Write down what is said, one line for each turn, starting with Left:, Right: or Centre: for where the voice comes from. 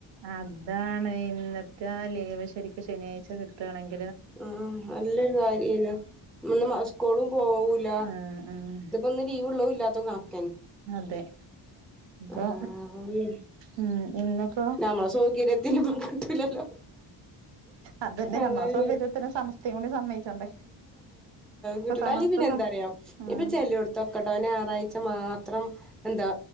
Right: അതാണ് ഇന്നത്തെ ലീവ് ശരിക്ക്‌ ശനിയാഴ്ച കിട്ടുകാണെങ്കിൽ
Centre: ആ നല്ലൊരു കാര്യല്ലേ നമ്മ സ്കൂളും പോവൂല.
Right: ആഹ് ആഹ്
Centre: ഇതിപ്പോ ഇന്ന് ലീവൊള്ളതും ഇല്ലാത്തതും കണക്
Right: അതെ അപ്പൊ
Centre: അതാണ് അപ്പൊ പിന്നെ
Right: ഉം ഇന്നിപ്പോ
Centre: നമ്മളെ സൗകര്യത്തിന് ഇപ്പ കിട്ടൂലല്ലോ
Right: അതന്നെ
Centre: അതാ
Right: നമ്മളെ
Centre: പിന്നെ
Right: സൗകര്യത്തിന് സമസ്തയും കൂടി സമ്മയിച്ചണ്ടേ?
Centre: വിട്ടിഡാലി
Right: സമസ്ത
Centre: പിന്നെന്തറിയാം
Right: സ ആഹ്
Centre: ഇപ്പൊ ചെലോടത്തൊക്കെഡാ ആറാഴ്ച മാ ഇത്രം എന്താ